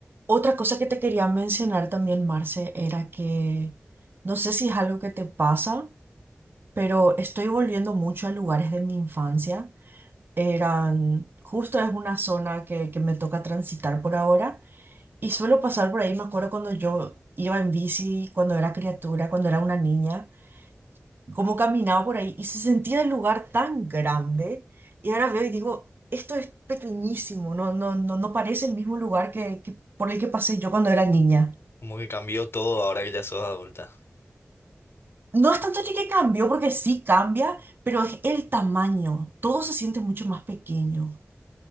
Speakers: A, on the right; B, on the left.
A: Otra cosa que te quería mencionar también, Marce, era que no sé si es algo que te pasa, pero estoy volviendo mucho a lugares de mi infancia. Eran, justo es una zona que, que me toca transitar por ahora y suelo pasar por ahí. Me acuerdo cuando yo iba en bici, cuando era criatura, cuando era una niña, cómo caminaba por ahí y se sentía el lugar tan grande. Y ahora veo y digo, esto es pequeñísimo, no, no, no, no parece el mismo lugar que, que por el que pasé yo cuando era niña.
B: Como que cambió todo ahora que ya sos adulta.
A: No es tanto de que cambió, porque sí cambia, pero es el tamaño. Todo se siente mucho más pequeño.